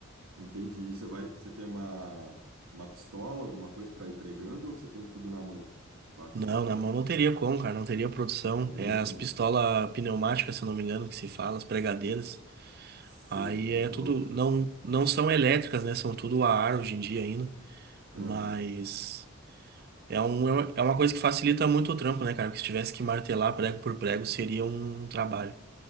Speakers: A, on the right; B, on the right.
A: Entendi. E você vai, você tem uma, uma pistola, alguma coisa para ir pregando ou você tem tudo na mão, batendo?
B: Não, na mão não teria como, cara, não teria produção.
A: É muito,
B: É as
A: né?
B: pistolas pneumáticas, se eu não me engano, que se fala, as pregadeiras.
A: Sei,
B: Aí
A: porque
B: é tudo,
A: eu.
B: não, não são elétricas, né? São tudo a ar hoje em dia ainda, mas.
A: Aham.
B: É, um, é um, é uma coisa que facilita muito o trampo, né, cara? Porque se tivesse que martelar prego por prego, seria um trabalho.